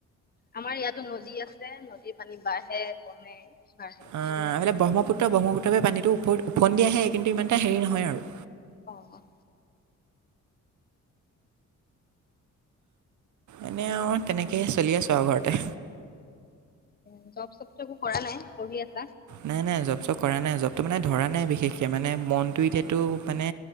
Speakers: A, on the left (about 30°); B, on the right (about 75°).
A: আমাৰ ইয়াতো নদী আছে, নদীৰ পানী বাঢ়ে, কমে বাঢ়ে
B: অ',
A: কমে।
B: এফালে ব্ৰহ্মপুত্ৰ, ব্ৰহ্মপুত্ৰপা পানীটো ওপ ওফন্দি আহে, কিন্তু ইমান এটা হেৰি নহয় আৰু
A: অ'
B: এনেই আও, তেনেকেই চলি আছোঁ আৰু ঘৰতে।
A: উ, জব চবটো একো কৰা নাই, পঢ়ি আছ
B: নাই নাই জব চপ কৰা নাই জবতো মানে ধৰা নাই বি বিশেষকে মানে মনটো এতিয়াতো মানে